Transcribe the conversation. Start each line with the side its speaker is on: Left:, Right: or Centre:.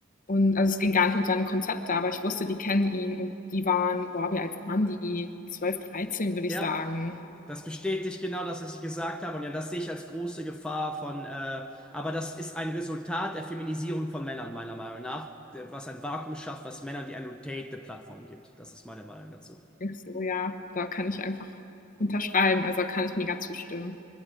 Left: Und also es ging gar nicht um seine Konzepte, aber ich wusste, die kennen ihn und die waren, boah, wie alt waren die? 12, 13, würde
Centre: Ja,
Left: ich sagen.
Centre: das bestätigt genau das, was ich gesagt habe. Und ja, das sehe ich als große Gefahr von, äh, aber das ist ein Resultat der Feminisierung von Männern, meiner Meinung nach, was ein Vakuum schafft, was Männern wie Andrew Tate eine Plattform gibt. Das ist meine Meinung dazu.
Left: Ich so, ja, da kann ich einfach unterschreiben, also da kann ich mega zustimmen.